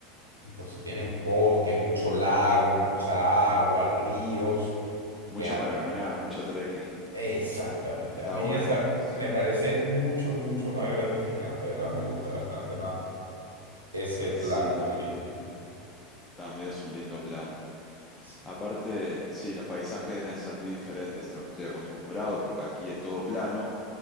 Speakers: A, on the right; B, on the left.
A: Entonces tienes bosque, mucho lago, mucha agua, ríos,
B: Mucho
A: que han-
B: para caminar, mucho trekking.
A: Exactamente.
B: Está
A: A mí
B: bueno,
A: esa
B: sí.
A: me parece mucho, mucho más gratificante, de ¿verdad? Me gusta bastante más ese plan
B: Sí, tam-
A: turístico.
B: también es un lindo plan.
A: Sí.
B: Aparte, sí, los paisajes deben ser muy diferentes a lo que estoy acostumbrado, porque aquí es todo plano.